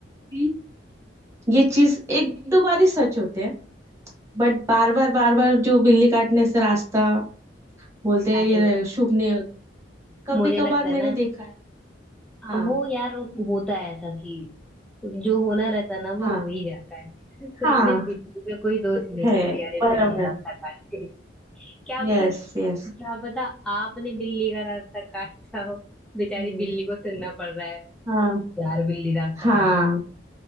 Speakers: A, on the right; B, in the centre.
A: भी ये चीज एक दो बार ही सच होते हैं बट बार बार बार बार जो बिल्ली काटने से रास्ता बोलते हैं
B: अरे
A: ये शुभ नहीं होता कभी
B: मुझे
A: कभार
B: लगता है
A: मैंने
B: ना
A: देखा है हाँ
B: वो यार वो होता है ऐसा कि जो होना रहता है ना वो
A: हाँ
B: हो ही जाता है <laughs> तो
A: हाँ
B: इसमें बिल्ली का कोई दोष नहीं
A: है
B: है कि अरे
A: बराबर
B: बिल्ली रास्ता काट गई <laughs> क्या
A: Yes
B: प-
A: yes
B: क्या पता आपने बिल्ली का रास्ता काटा हो बेचारी
A: हम्म
B: बिल्ली को सुनना पड़ रहा है
A: हाँ
B: यार बिल्ली रास्ता
A: हाँ
B: काट गई